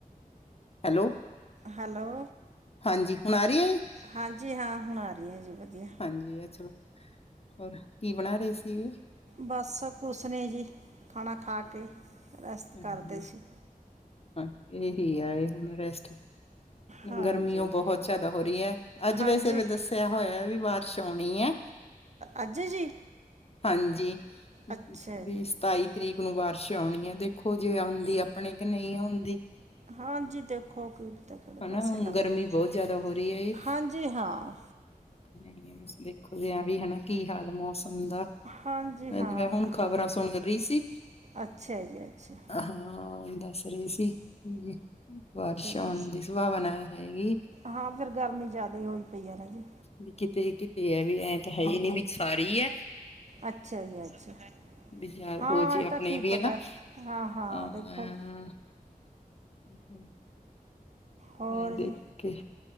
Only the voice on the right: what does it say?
ਹੈਲੋ
ਹਾਂਜੀ ਹਾਂ ਹੁਣ ਆ ਰਈ ਅ ਜੀ ਵਧੀਆ।
ਬਸ ਕੁਸ ਨੀ ਜੀ, ਖਾਣਾ ਖਾ ਕੇ, ਰੈਸਟ
ਕਰਦੇ ਸੀ।
ਹਾਂਜੀ
ਹਾਂਜੀ
ਅੱਜ ਜੀ
ਅੱਛਾ
ਜੀ
ਹਾਂਜੀ ਦੇਖੋ ਕਿਤੇ ਕਿਹੜੇ
ਪਾਸੇ
ਲੰਘ ਜੇ, ਗਰਮੀ
ਬੋਤ
ਆ,
ਹਾਂਜੀ ਹਾਂ।
ਹਾਂਜੀ ਹਾਂ
ਇਹ ਤਾਂ ਹੈ।
ਅੱਛਾ ਜੀ ਅੱਛਾ
ਚਲੋ
ਹਾਂ ਫਿਰ ਗਰਮੀ ਜ਼ਿਆਦਾ ਹੋਈ ਪਈ ਆ ਰਾਜੇ
ਅੱਛਾ ਜੀ ਅੱਛਾ।
ਹਾਂ
ਏ
ਤਾਂ ਕੀ
ਪਤਾ
ਐ। ਹਾਂ -ਹਾਂ
ਦੇਖੋ।
ਹੋਰ
ਜੀ